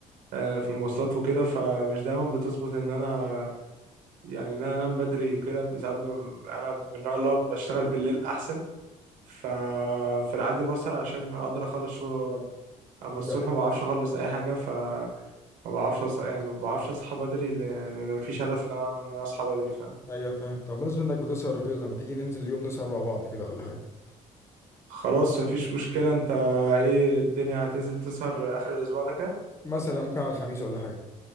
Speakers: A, on the right (about 80°); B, on the left (about 20°).
A: آه، في المواصلات وكده فمش دايما بتظبط ان انا يعني ان انا انام بدري كده ساعات ب- انا من النوع اللي هو بشتغل بالليل احسن ففي العادي بسهر عشان اقدر اخلص شغل اللي ورايا اما
B: مش
A: الصبح
B: بقى
A: ما بعرفش اخلص اي حاجه ف ما بعرفش أص... يعني ما بعرفش اصحى بدري لان أنا مفيش هدف ان انا ان انا اصحى بدري فاهم
B: ايوه فاهم طب بالنسبه انك بتسهر وكده طب ما تيجي ننزل اليوم نسهر مع بعض كده ولا حاجه
A: خلاص مفيش مشكله انت ايه الدنيا هتنزل تسهر اخر الاسبوع ده كده
B: مثلا ممكن على الخميس ولا حاجة